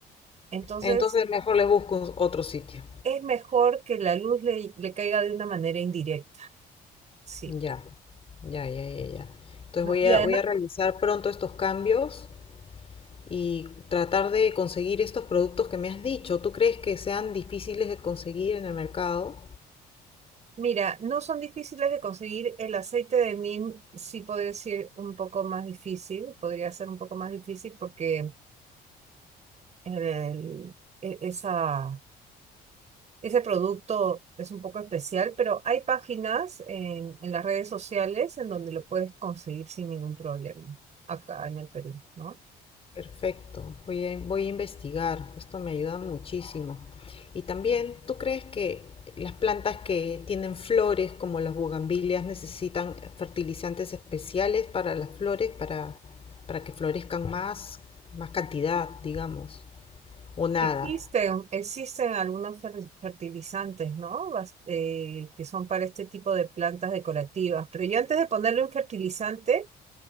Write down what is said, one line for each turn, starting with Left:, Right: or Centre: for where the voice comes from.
Right: Entonces,
Left: Entonces mejor le busco un- otro sitio.
Right: es mejor que la luz le, le caiga de una manera indirecta, sí,
Left: Ya, ya, ya, ya, ya. Entonces
Right: ¿no?
Left: voy
Right: Y
Left: a,
Right: además
Left: voy a realizar pronto estos cambios y tratar de conseguir estos productos que me has dicho. ¿Tú crees que sean difíciles de conseguir en el mercado?
Right: Mira, no son difíciles de conseguir. El aceite de neem sí podría ser un poco más difícil, podría ser un poco más difícil porque el- e- esa, ese producto es un poco especial, pero hay páginas en, en las redes sociales en donde lo puedes conseguir sin ningún problema, acá en el Perú, ¿no?
Left: Perfecto, voy a, voy a investigar. Esto me ayuda muchísimo. Y también, ¿tú crees que las plantas que tienen flores, como las bugambilias, necesitan fertilizantes especiales para las flores, para, para que florezcan más, más cantidad, digamos? ¿O nada?
Right: Existen, existen algunos fer- fertilizantes, ¿no? Bas- eh, que son para este tipo de plantas decorativas, pero yo antes de ponerle un fertilizante,